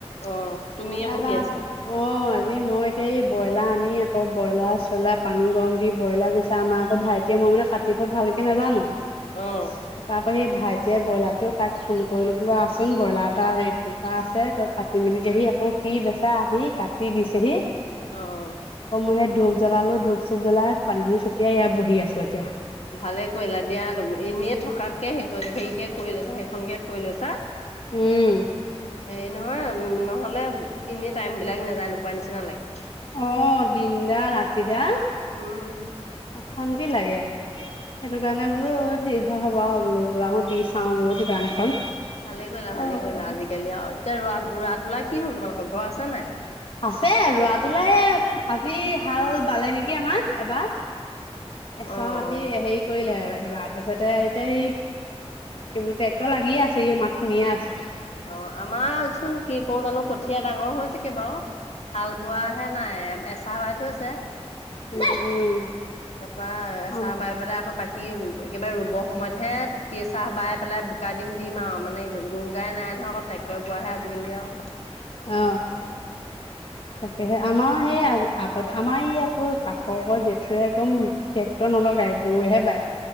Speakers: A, on the left; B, on the left.
A: অ', তুমিয়ে
B: তাৰপা,
A: বহি আছা
B: অ, আজি মই এতিয়া এই ব্ৰইলাৰ আনি আকৌ ব্ৰইলাৰ চ্ৰলাৰ পানী গৰম দি ব্ৰইলাৰ গুচা আম আকৌ ভাইটিয়ে মই মানে কাটিব ভাল কে নাজানো৷ তাপা
A: অ',
B: আকৌ সেই ভাইটিয়ে ব্ৰইলাৰটো তাক ফোন কৰিলোঁ বোলো আহচোন ব্ৰইলাৰ এটা হেৰি টা আছে তই কাটি মেলি দেহি আকৌ সি বেচা আহি কাটি দিছেহি
A: অ',
B: আকৌ মই সেই ধূপ জ্বলালো, ধূপ-চুপ জ্বলাই, পানী-দুনী চটিয়াই এয়া বহি আছোঁ এতিয়া৷
A: ভালে কৰিলা দিয়া, এনেই থকাতকে হেৰিকে কৰি লৈছা সেইখনকে কৰি লৈছা হেৰি
B: উম,
A: নহয়, নহ'লে এনেই টাইম বিলাক নেযায়-নুপুয়াই নিচিনা লাগে।
B: অ', দিনডাল, ৰাতিডাল,
A: উম
B: অশান্তি লাগে ৷ সেটো কাৰণে বোলো যি হয় হব আও বোলো৷ বোলো দি চাওঁ বোলো দোকান এখন।
A: ভালে কৰিলা, ভালে
B: অ'
A: কৰিলা আজিকালি আৰু এতিয়া ৰোৱাত ৰোৱাত তোলা কি হ'ল তোমালোকৰ? ঘৰ আছে নাই?
B: আছে ৰোৱা-তোলা এ আজি হাল বালে নেকি? আমাৰ, এবাৰ, এচৰা
A: অ
B: মাটি
A: অ
B: হেৰি কৰিলে আৰু এইবাৰ তাৰপিছতে এতিয়া এই কি বুলি ট্ৰেক্টৰ লাগিয়ে আছে, ই মাত শুনিয়ে আছোঁ ৷
A: অ', আমাৰ চোন কি কৰো জানো কঠীয়া ডাঙৰ হৈছেগে বাৰু ৷ হাল বোৱা হে নাই, এচা বাই থৈছে।
B: উম উম
A: তাৰপৰা
B: আম
A: চাহ বাই পেলাই আকৌ বাকী একেবাৰে ৰুব সময়তহে কি চাহ বাই পেলাই বোকা দিম দিম আৰু মানে গৰু গাই নাই নহয় অকল ট্ৰেক্টৰ বোৱাহে আজিকালি আৰু।
B: অ <inaudible> তাকেহে, আমাৰ সেই আগত আমাৰ ই আকৌ কাষৰ ঘৰৰ জেঠুৱে একদম ট্ৰেক্টৰ নল গাই, গৰুহে বাই।